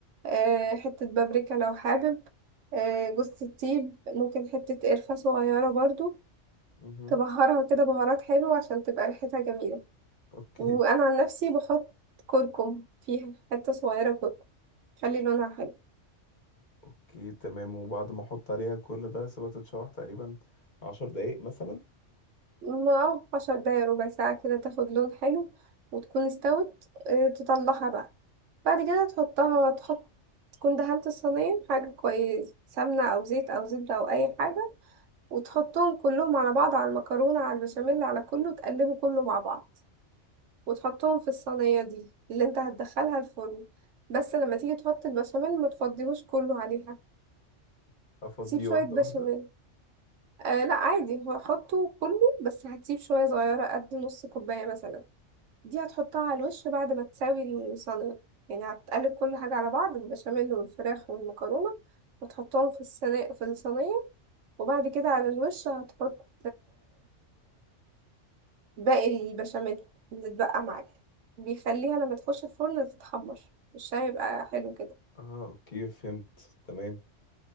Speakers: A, on the right; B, on the left.
A: آه، حتة بابريكا لو حابب آه، جوز الطيب ممكن حتة قرفة صغيرة برضو
B: مهم.
A: تبهرها كده بهارات حلوة عشان تبقى ريحتها جميلة
B: اوكي
A: وأنا عن نفسي بحط كركم فيها حتة صغيرة كركم خلي لونها حلو
B: اوكي تمام وبعد ما احط عليها كل ده سيبها تتشوح تقريبا عشر دقايق مثلا
A: ما عشر دقايق ربع ساعة كده تاخد لون حلو وتكون استوت آه، تطلعها بقى بعد كده تحطها تحط تكون دهنت الصينية حاجة كويس سمنة أو زيت أو زبدة أو أي حاجة وتحطهم كلهم على بعض على المكرونة على البشاميل على كله تقلبه كله مع بعض وتحطهم في الصينية دي اللي انت هتدخلها الفرن بس لما تيجي تحط البشاميل ما تفضيهوش كله عليها
B: افضيه
A: سيب شوية
B: واحدة
A: بشاميل
B: واحدة
A: آه لا عادي هو حطه كله بس هتسيب شوية صغيرة قد نص كوباية مثلا دي هتحطها على الوش بعد ما تساوي الصينية يعني هتقلب كل حاجة على بعض البشاميل والفراخ والمكرونة وتحطهم في الصينية في الصينية وبعد كده على الوش هتحط باقي البشاميل اللي اتبقى معاك بيخليها لما تخش الفرن تتحمر مش هيبقى حلو كده
B: اه اوكي فهمت تمام